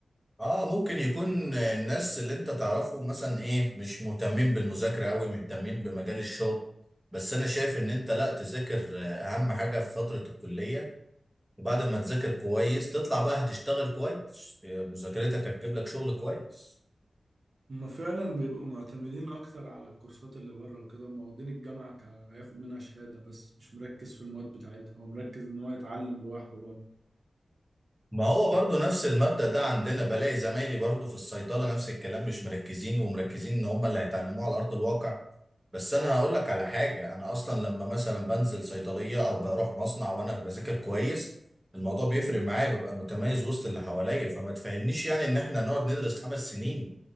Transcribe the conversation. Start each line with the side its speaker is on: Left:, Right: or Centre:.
Centre: اه ممكن يكون الناس اللي انت تعرفهم مثلا ايه مش مهتمين بالمذاكره قوي مهتمين بمجال الشغل بس انا شايف ان انت لا تذاكر آه، اهم حاجه في فتره الكليه وبعد ما تذاكر كويس تطلع بقى هتشتغل كويس آه، مذاكرتك هتجيب لك شغل كويس
Right: هما فعلا بيبقوا معتمدين اكتر على الكورسات اللي بره وكده هما واخدين الجامعه ك... هياخد منها شهاده بس مش مركز في المواد بتاعتها هو مركز ان هو يتعلم لوحده بره
Centre: ما هو برضو نفس المبدأ ده عندنا بلاقي زمايلي برضو في الصيدلة نفس الكلام مش مركزين ومركزين ان هم اللي هيتعلموه على أرض الواقع بس انا هقول لك على حاجة انا اصلا لما مثلا بنزل صيدلية او بروح مصنع وانا بذاكر كويس الموضوع بيفرق
Right: مم.
Centre: معايا ببقى متميز وسط اللي حواليا فما تفهمنيش يعني ان احنا نقعد ندرس خمس سنين